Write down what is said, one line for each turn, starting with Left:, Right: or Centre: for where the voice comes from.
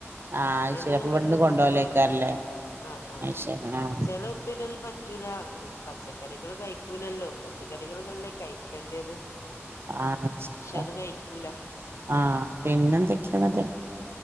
Right: ആഹ് അയ്ശരി
Left: എന്നന്ന്
Right: അപ്പൊ
Left: ഇവിടുന്ന്
Right: കൊണ്ടോവലേക്കാരല്ലേ
Left: കൊണ്ടോ ആഹ് ആഹ
Right: ശരി ആഹ്
Left: ചെലവപരന്ന് പ പറ്റൂല പച്ചക്കറികള് കഴിക്കൂലല്ലോ പച്ചക്കറികള് അല്ലേ കഴിക്കേണ്ടത്
Right: വാങ്ങിച്ചില
Left: പക്ഷെ അത് കഴിക്കൂല
Right: ആ പിന്നെ എന്തെക്കണത്